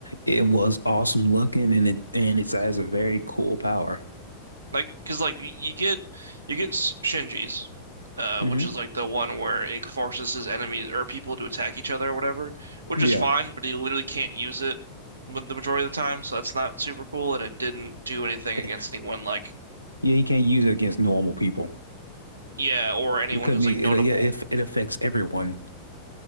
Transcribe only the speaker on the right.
Like, because like y- you get you get S- Shinji's, uh,
which is like the one where it forces his enemies or people to attack each other or whatever, which
is fine, but he literally can't use it m- the majority of the time, so that's not super cool, and it didn't do anything
against anyone like
yeah or anyone
who's
like notable.